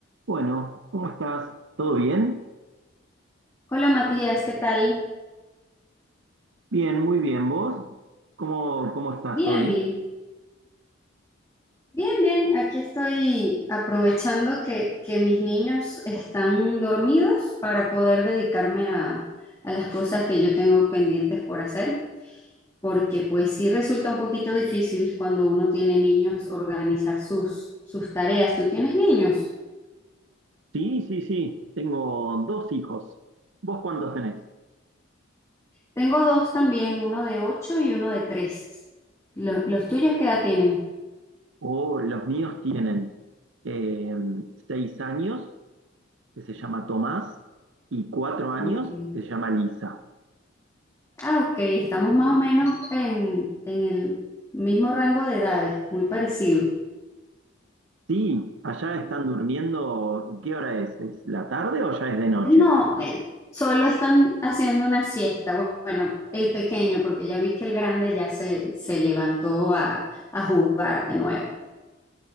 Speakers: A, on the right; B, on the left.
A: Bueno, ¿cómo estás? ¿Todo bien?
B: Hola Matías, ¿qué tal?
A: Bien, muy bien. ¿Vos? ¿Cómo, cómo estás
B: Bien,
A: hoy?
B: bien, bien, bien. Aquí estoy aprovechando que, que mis niños están dormidos para poder dedicarme a, a las cosas que yo tengo pendientes por hacer, porque pues sí resulta un poquito difícil cuando uno tiene niños organizar sus, sus tareas. ¿Tú tienes niños?
A: Sí, sí, sí, tengo dos hijos. ¿Vos cuántos tenés?
B: Tengo dos también, uno de ocho y uno de tres. ¿Los, los tuyos qué edad tienen?
A: Oh, los míos tienen eh, seis años, que se llama Tomás, y cuatro años,
B: Ok.
A: que se llama Lisa.
B: Ah, ok, estamos más o menos en, en el mismo rango de edades, muy parecido.
A: Sí, allá están durmiendo. ¿Qué hora es? ¿Es la tarde o ya es de noche?
B: No, eh, solo están haciendo una siesta. Bu- Bueno, el pequeño, porque ya vi que el grande ya se, se levantó a, a jugar de nuevo.